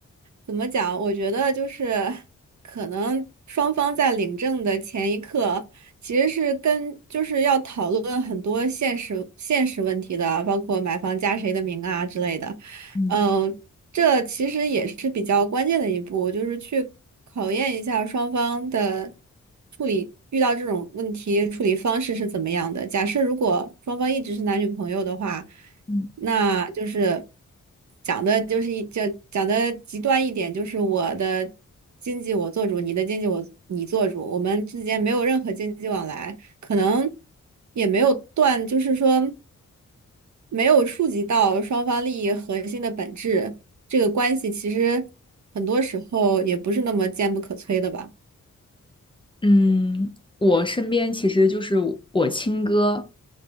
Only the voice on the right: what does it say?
怎么讲？我觉得就是可能双方在领证的前一刻，其实是跟就是要讨论很多现实现实问题的，包括买房加谁的名啊之类的。
嗯，这其实也是比较关键的一步，就是去考验一下双方的处理，遇到这种问题处理方式是怎么样的。假设如果双方一直是男女朋友的话。
那就是讲的，就是一讲讲的极端一点，就是我的经济我做主，你的经济我你做主，我们之间没有任何经济往来，可能也没有断，就是说没有触及到双方利益核心的本质，这个关系其实很多时候也不是那么坚不可摧的吧。